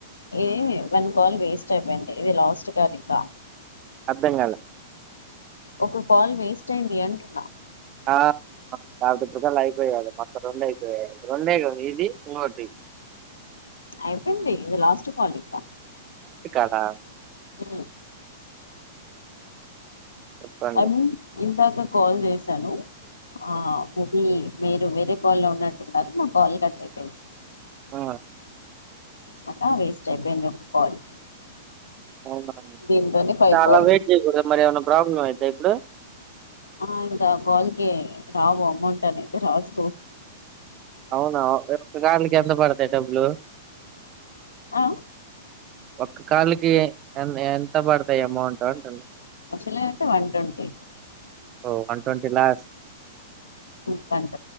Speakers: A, on the left; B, on the right.
A: ఎ వన్ కాల్ వేస్ట్ అయిపోయింది ఇది లాస్ట్ కాల్ ఇంకా
B: అర్ధంకాలే
A: ఒక కాల్ వేస్ట్ అయింది అంటున్నా
B: ఆ కాబటి బజలు అయిపోయేయ్ మొత్తం రెండు అయిపోయాయి రెండే గా ఇది ఇంకోటి
A: అయిపోయింది ఇది లాస్ట్ కాల్ ఇంక
B: కాదా
A: అ
B: చెప్పండి
A: ఐ మీన్ ఇంతాక కాల్ చేశాను ఆ మికీ మీరు వేరే కాల్లో ఉన్నట్టున్నారు మా కాల్ కట్ అయిపోయింది
B: ఆ
A: మకా వేస్ట్ అయిపోయింది ఒక కాల్
B: అవున
A: దీంతోనే ఫైవ్
B: చాలా
A: కాల్స్
B: వెయిట్ చేయకూడదు మరి ఏమైనా ప్రాబ్లం అయితే ఇప్పుడు
A: ఆ ఇంకా కాల్ కి రావు అమౌంట్ అనేది రాదు
B: అవునా ఒక్కగానికి ఎంత పడతాయి డబ్బులు
A: ఆ
B: ఒక్క కాల్కి ఎ ఎంత పడతాయి అమౌంట్ అంటు
A: అసలు అయితే వన్ ట్వంటీ
B: ఓ వన్ ట్వీ లాస్ట్
A: బ ట్ంట